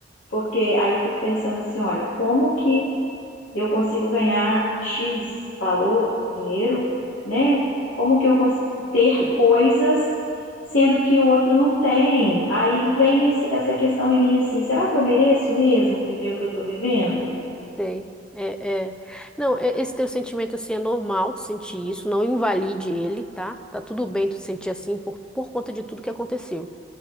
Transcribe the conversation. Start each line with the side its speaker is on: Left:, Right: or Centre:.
Left: porque aí eu fico pensando assim, olha, como que eu consigo ganhar X valor, dinheiro, né? Como que eu consigo ter coisas sendo que o outro não tem? Aí vem esse- essa questão em mim assim, será que eu mereço mesmo viver o que eu tô vivendo?
Centre: Sei. É, é. Não, é- esse teu sentimento assim é normal tu sentir isso, não invalide ele, tá? Tá tudo bem tu sentir assim por, por conta de tudo que aconteceu.